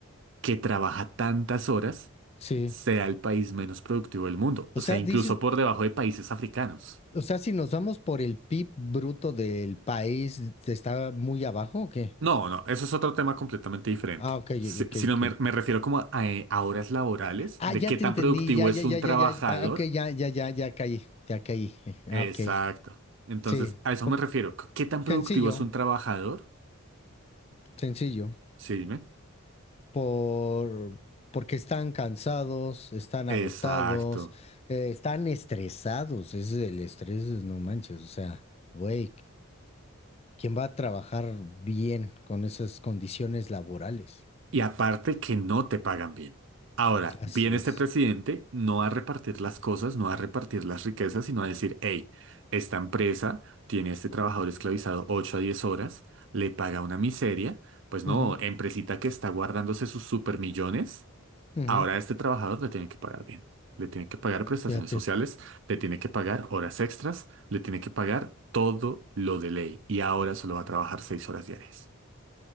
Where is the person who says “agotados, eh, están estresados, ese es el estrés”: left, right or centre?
Left